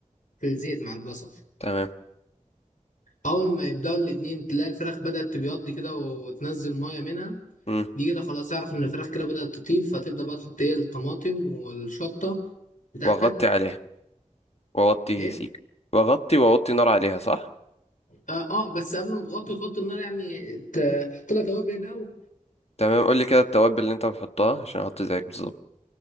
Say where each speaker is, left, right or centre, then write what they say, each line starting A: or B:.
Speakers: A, on the left; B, on the left.
A: في الزيت مع البصل
B: تمام
A: أول ما يبدأوا الاتنين تلاقي الفراخ بدأت تبيض كده وتنزل مية منها
B: امم
A: دي كده خلاص اعرف إن الفراخ كده بدأت تطيب فتبدأ بقى تحط ايه الطماطم والشطة بتاعتك
B: واغطي عليها واوطي
A: ايه
B: سيك واغطي واوطي نار عليها صح
A: اه, آه بس قبل ما تغطي وتوطي النار يعني تحط لها توابل الأول
B: تمام قول لي كده التوابل اللي انت بتحطها عشان احط زيك بالظبط